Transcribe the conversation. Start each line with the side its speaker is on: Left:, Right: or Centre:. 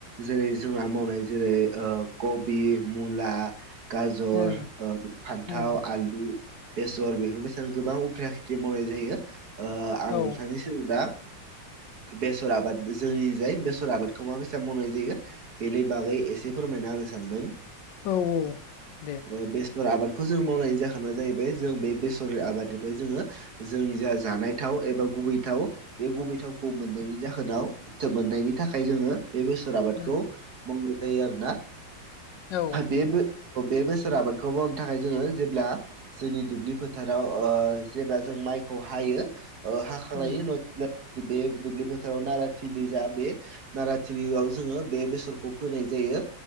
Right: जेरै जोंहा मावनाय जेरै ओ कबि मुला गाजर
Left: उम
Right: ओ फान्थाव
Left: उम
Right: आलु उम बेसर बेफोरबायसां गोबां उफ्राया खेथि मावनाय जायो ओ आं
Left: औ
Right: नोंथांनि जों दा बेसर आबाद जोंनि जाय बेसर आबादखौ माबायसा मावनाय जायो बेनि बागै एसे फोरमायना होनो सानदों
Left: औ दे
Right: ओ बे सर आबादखौ जों मावनाय जाहोना जाहैबाय जों बे बेसर आबादनिफ्राय जोङो जोंनि जा जानाय थाव एबा गुबै थाव बे गुबै थावखौ मोननायनि जाहोनाव जो मोननायनि थाखाय जोङो बे बेसर आबादखौ
Left: उम
Right: मावनाय जायो आरोना
Left: औ
Right: बे बो बे बेसर आबादखौ मावनो थाखाय जोङो जेब्ला जोंनि दुब्लि फोथाराव ओ जेब्ला जों माइखौ हायो ओ हाखांनायनि
Left: उम
Right: उनाव बे दुब्लि फोथाराव नाराथिलि जा बे नारााथिलिआव जोङो बे बेसरखौ फोनाय जायो